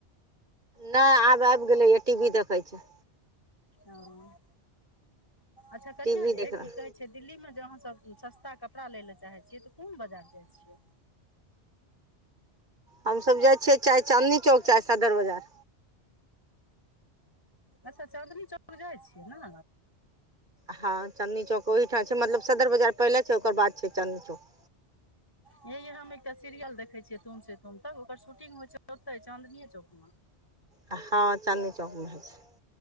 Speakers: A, on the right; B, on the left.
A: नहि आब आबि गेलैय टी वी देखै छै
B: ह अच्छा कन्या
A: टी वी
B: ये
A: देख रहल
B: की कहै छै छै दिल्लीमे जे अहाँसभ सस्ता कपड़ा लै लए चाहै छियै तऽ कोन बजार जाइ छियै
A: हम सब जाइ छियै चाहे चाँदनी चौक चाहे सदर बजार
B: अच्छा चाँदनी चौक जाइ छियै ने
A: हँ चाँदनी चौक ओहिठाम छै मतलब सदर बाजार पहिले छै ओकर बाद छै चाँदनी चौक
B: ये हम एकटा सीरियल देखे छियै तुम से तुम तक ओकर शूटिंग होय छै ओते चाँदनी चौकं
A: हँ चाँदनी चौक मे होए छै